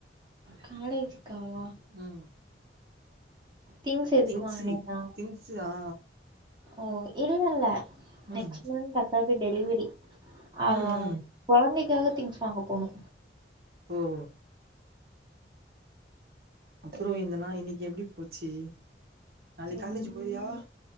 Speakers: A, on the right; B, on the right.
A: காலேஜ்க்காவா
B: ம்
A: திங்ஸ் எதுக்கு
B: திங்ஸு
A: வாங்குனீங்க
B: திங்ஸு ஆ
A: ஓ இல்லல்ல நெக்ஸ்ட்
B: ம்
A: மந்த் அக்காக்குடெலிவரி ஆ
B: ம்
A: ஹ
B: ம்
A: கொழந்தைக்காக திங்ஸ்வாங்க போனோ
B: ஓ ஓ அப்புறோ இந்தனா இன்னக்கி எப்டி போச்சி நாளைக்
A: ம்
B: காலேஜ் போறியா